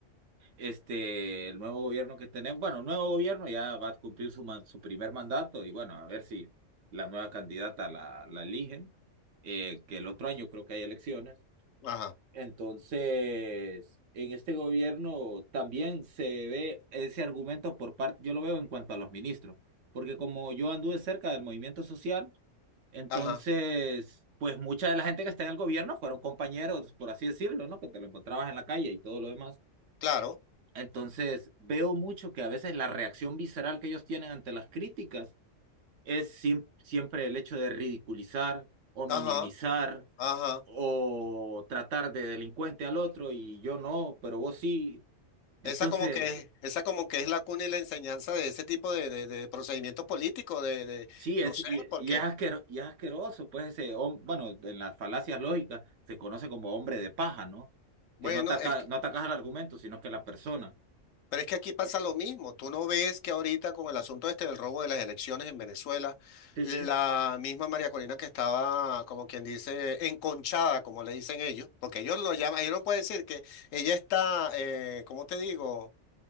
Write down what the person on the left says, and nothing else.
Ajá,
ajá,
claro,
ajá, ajá.
Esa como que, esa como que es la cuna y la enseñanza de ese tipo de, de, de procedimientos políticos, de, de,
no sé,
porque,
bueno,
es que
Pero es que aquí pasa lo mismo. Tú no ves que ahorita con el asunto este del robo de las elecciones en Venezuela,
la
misma María Corina que estaba, como quien dice, enconchada, como le dicen ellos, porque ellos lo llaman, ellos no pueden decir que ella está, eh, ¿cómo te digo?